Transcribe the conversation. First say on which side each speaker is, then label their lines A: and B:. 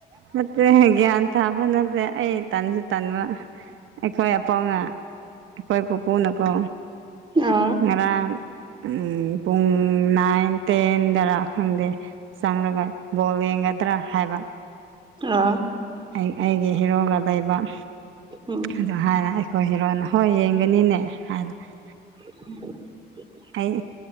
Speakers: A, on the right (about 80°); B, on the right (about 25°).
A: ꯅꯠꯇꯦꯍꯦ ꯒꯌꯥꯟ ꯇꯥꯕ ꯅꯠꯇꯦ ꯑꯩ ꯇꯟꯖꯨ ꯇꯟꯕ ꯑꯩꯈꯣꯏ ꯑꯄꯥꯎꯅ ꯑꯩꯈꯣꯏ ꯄꯨꯄꯨꯅꯀꯣ꯫
B: ꯑ
A: ꯉꯔꯥꯡ ꯎꯝ ꯄꯨꯡ ꯅꯥꯏꯟ ꯇꯦꯟꯗꯔꯥ ꯈꯪꯗꯦ꯫ ꯆꯪꯂꯒ ꯕꯣꯜ ꯌꯦꯒꯗ꯭ꯔ ꯍꯥꯏꯕ
B: ꯑ
A: ꯑꯩ ꯑꯩꯒꯤ ꯍꯤꯔꯣꯒ ꯂꯩꯕ꯫
B: ꯎꯝ꯫
A: ꯑꯗꯨꯗ ꯍꯥꯏꯔ ꯑꯩꯈꯣꯏ ꯍꯤꯔꯣꯅ ꯍꯣꯏ ꯌꯦꯡꯒꯅꯤꯅꯦ ꯍꯥꯏꯅ꯫
B: <unintelligible>
A: ꯑꯩ